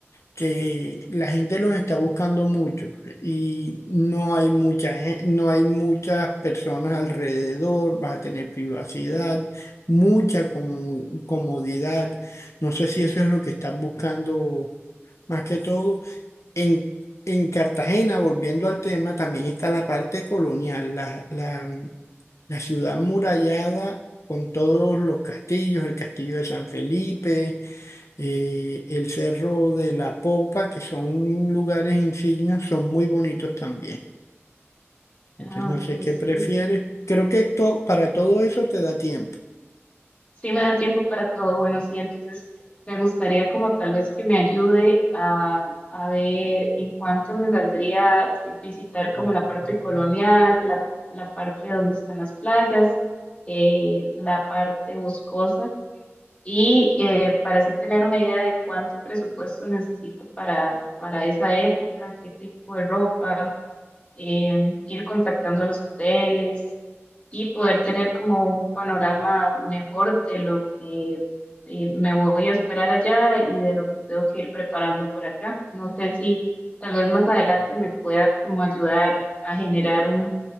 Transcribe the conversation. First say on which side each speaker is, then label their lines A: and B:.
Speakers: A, on the left; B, on the left.
A: que la gente los está buscando mucho y no hay mucha, gen- no hay muchas personas alrededor, vas a tener privacidad, mucha comu- comodidad. No sé si eso es lo que estás buscando más que todo. En, en Cartagena, volviendo al tema, también está la parte colonial, la, la, la ciudad murallada con todos los castillos, el castillo de San Felipe, eh, el Cerro de la Popa, que son lugares insignias, son muy bonitos también. Entonces,
B: Ah,
A: no
B: ok,
A: sé qué
B: sí.
A: prefieres. Creo que esto, para todo eso te da tiempo.
B: Sí me da tiempo para todo. Bueno, sí, entonces me gustaría como tal vez que me ayude a, a ver en cuánto me saldría visitar como la parte colonial, la, la parte donde están las playas, eh, la parte boscosa. y eh, para así tener una idea de cuánto presupuesto necesito para, para esa época, qué tipo de ropa, eh, ir contactando a los hoteles y poder tener como un panorama mejor de lo que eh, me voy a esperar allá y de lo que tengo que ir preparando por acá. No sé si tal vez más adelante me pueda como ayudar a generar un,